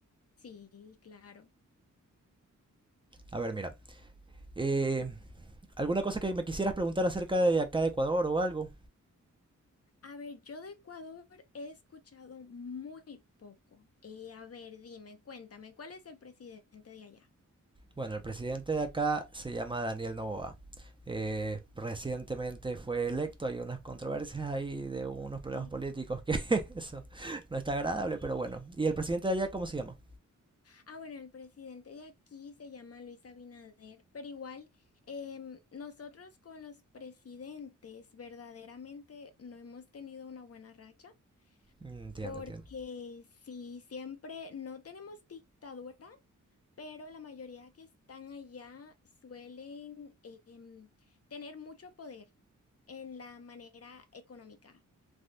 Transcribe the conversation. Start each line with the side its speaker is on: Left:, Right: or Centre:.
Left: Sí, claro.
Right: A ver, mira. eh, ¿alguna cosa que me quisieras preguntar acerca de acá de Ecuador o algo?
Left: A ver, yo de Ecuador he escuchado muy poco. Eh, a ver, dime, cuéntame, ¿cuál es el presidente de allá?
Right: Bueno, el presidente de acá se llama Daniel Noboa. Eh, recientemente fue electo, hay unas controversias ahí de unos problemas
Left: sí
Right: políticos que <laughs> eso no está agradable, pero bueno. ¿Y el presidente de allá cómo se llama?
Left: Ah, bueno, el presidente de aquí se llama Luis Abinader, pero igual em, nosotros con los presidentes verdaderamente no hemos tenido una buena racha,
Right: Mm, Entiendo,
Left: porque
Right: entiendo.
Left: sí, siempre no tenemos dictadura, pero la mayoría que están allá suelen em, tener mucho poder en la manera económica